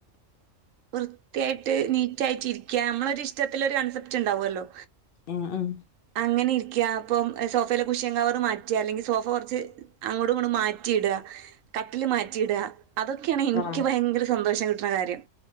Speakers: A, on the right; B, on the left.
A: വൃത്തിയായിട്ട് നീറ്റായിട്ടിരിക്ക നമ്മളൊരിഷ്ടത്തില് ഒരു കൺസെപ്റ്റ് ഉണ്ടാവല്ലോ!
B: ഉം ഉം
A: അങ്ങനെ ഇരിക്ക അപ്പം സോഫയിലെ കുശിയൻകവറു മാ- റ്റ അല്ലെങ്കിൽ സോഫ കൊർച്ച് അങ്ങോട്ടും ഇങ്ങോട്ടും മാറ്റി ഇട കട്ടിൽ മാറ്റിയിട അതൊക്കെയാണ് ഇൻക്ക്
B: ആഹ്
A: ഭയങ്കര സന്തോഷം കിട്ട്ണ കാര്യം